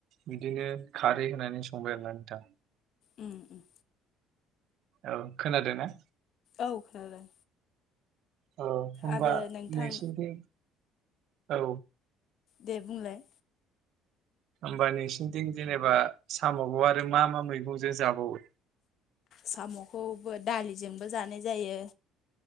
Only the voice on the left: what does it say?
अम अम
औ खोनादों
आरो नोंथां
दे बुंलाय
साम'खौबो दालिजोंबो जानाय जायो।